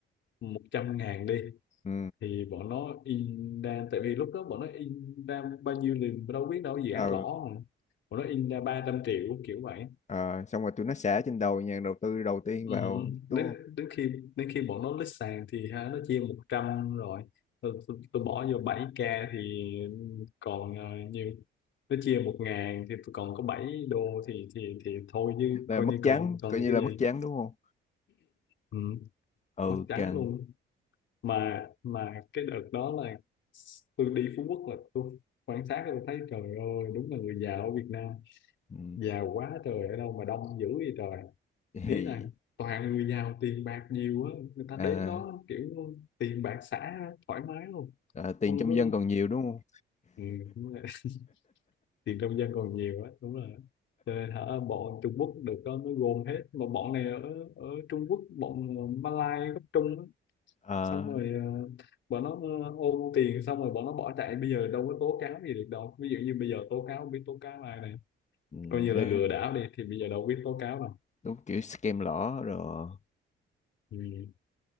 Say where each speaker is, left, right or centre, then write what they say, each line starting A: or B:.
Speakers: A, on the left; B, on the left.
A: một trăm ngàn đi
B: ừ
A: thì bọn nó in ra tại vì lúc đó bọn nó in ra bao nhiêu thì đâu biết đâu dự án
B: ờ
A: lỗ mà bọn nó in ra 300 triệu kiểu vậy
B: ờ, xong rồi tụi nó xả trên đầu nhà đầu tư đầu tiên
A: Ừ,
B: vào đúng
A: đến
B: không
A: đến khi đến khi bọn nó lít sàn thì ha nó chia 100 rồi tôi, tôi, tôi bỏ vô bảy k thì còn ờ, nhiều nó chia một ngàn thì tôi còn có bảy đô thì thì thì thôi chứ
B: là
A: coi
B: mất
A: như
B: trắng
A: còn còn
B: coi
A: được
B: như
A: cái
B: là
A: gì
B: mất trắng đúng không
A: ừ,
B: ừ
A: mất trắng
B: căng
A: luôn mà mà cái đợt đó là tôi đi Phú Quốc là tôi quan sát tôi thấy trời ơi đúng là người giàu ở Việt Nam
B: ừ.
A: giàu quá trời ở đâu mà đông dữ vậy trời
B: Vậy,
A: ý là toàn người giàu tiền bạc nhiều á người ta
B: à,
A: đến đó kiểu tiền bạc xả thoải mái luôn
B: à, tiền
A: không
B: trong
A: có
B: dân còn nhiều đúng không
A: ừ, đúng rồi. <laughs> tiền trong dân còn nhiều á đúng là cho nên hả bọn Trung Quốc được đó mới gồm hết mà bọn này ở ở Trung Quốc bọn Malai gốc Trung á.
B: à,
A: xong rồi ờ, bọn nó ờ, ôm tiền xong rồi bọn nó bỏ chạy bây giờ đâu có tố cáo gì được đâu ví dụ như bây giờ tố cáo không biết tố cáo ai này
B: ừ,
A: coi như là
B: mấy,
A: lừa đảo đi thì bây giờ đâu biết tố cáo đâu
B: đúng kiểu scam lỏ rồi
A: ừ.